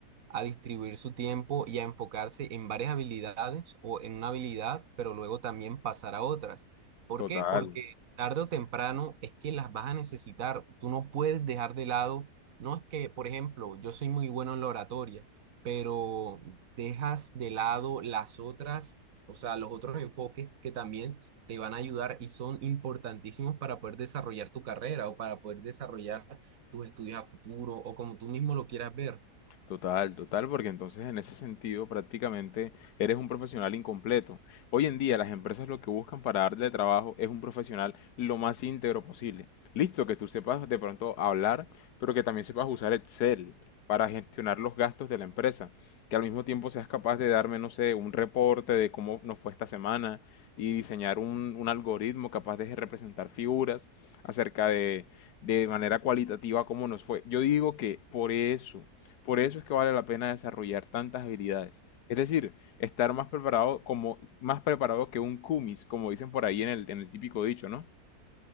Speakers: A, on the right; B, on the left.
A: a distribuir su tiempo y a enfocarse en varias habilidades o en una habilidad, pero luego también pasar a otras. ¿Por
B: Total.
A: qué? Porque tarde o temprano es que las vas a necesitar. Tú no puedes dejar de lado, no es que, por ejemplo, yo soy muy bueno en la oratoria, pero dejas de lado las otras, o sea, los otros enfoques que también te van a ayudar y son importantísimos para poder desarrollar tu carrera o para poder desarrollar tus estudios a futuro o como tú mismo lo quieras ver.
B: Total, total, porque entonces en ese sentido prácticamente eres un profesional incompleto. Hoy en día las empresas lo que buscan para darle trabajo es un profesional lo más íntegro posible. Listo, que tú sepas de pronto hablar, pero que también sepas usar Excel para gestionar los gastos de la empresa, que al mismo tiempo seas capaz de darme, no sé, un reporte de cómo nos fue esta semana y diseñar un, un algoritmo capaz de representar figuras acerca de, de manera cualitativa cómo nos fue. Yo digo que por eso por eso es que vale la pena desarrollar tantas habilidades. Es decir, estar más preparado, como, más preparado que un kumis, como dicen por ahí en el, en el típico dicho, ¿no?